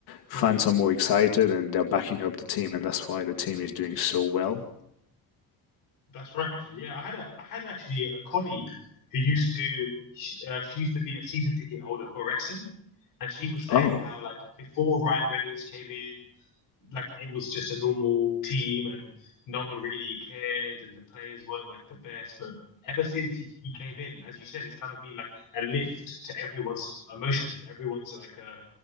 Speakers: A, on the left; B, on the left.
A: fans
B: Uh-huh.
A: are more excited and they're backing up the team, and that's why the team is doing so well.
B: That's right. Actually, yeah. I had a I had actually a colleague who used to she, uh, she used to be a season ticket holder for Wrexham, and she was saying
A: Oh,
B: how like before Ryan Reynolds came in, like it was just a normal team and no one really cared and the players weren't like the best. But ever since he, he came in, as you said, it's kind of been like a lift to everyone's emotions. Everyone's like uh